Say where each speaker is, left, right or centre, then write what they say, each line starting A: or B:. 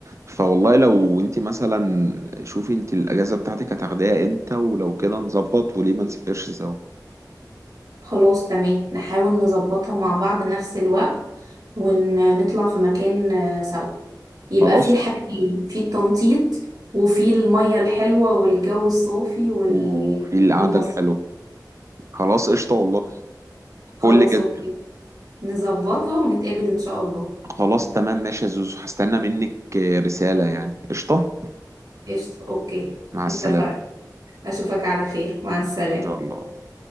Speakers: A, on the right (about 40°); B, on the right (about 65°).
A: فوالله لو انت مثلا شوفي انت الاجازه بتاعتك هتاخديها امتى ولو كده نظبط وليه ما نسافرش سوا
B: خلاص تمام نحاول نظبطها مع بعض نفس الوقت ونطلع في مكان آه، سوا يبقى
A: خلاص
B: في الحاجتين في التنطيط وفي المية الحلوة والجو الصافي وال...
A: وفي القعده
B: والمصيف
A: الحلوه خلاص قشطه والله
B: خلاص
A: فل جدا
B: اوكي نظبطها ونتقابل ان شاء الله
A: خلاص تمام ماشي يا زوزو هستنى منك رساله يعني قشطه
B: قشطة اوكي
A: مع السلامه
B: اتفقنا
A: ان
B: اشوفك على خير مع السلامة
A: شاء الله